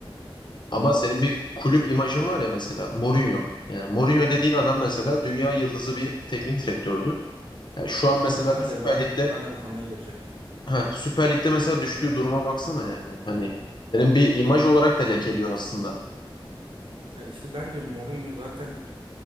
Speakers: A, on the left; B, on the right.
A: ama
B: Hı hı.
A: senin bir kulüp imajın var ya mesela Mourinho. Yani Mourinho
B: Evet.
A: dediğin adam mesela dünya yıldızı bir teknik direktördü. Yani şu an mesela
B: Ben
A: Süper
B: de ben,
A: Lig'de
B: ben de bu konuya girecektim.
A: ha, Süper Lig'de mesela düştüğü duruma baksana yani. Hani
B: Hı hı.
A: senin bir imaj olarak da lekeliyor aslında.
B: Ya işte bence Mourinho zaten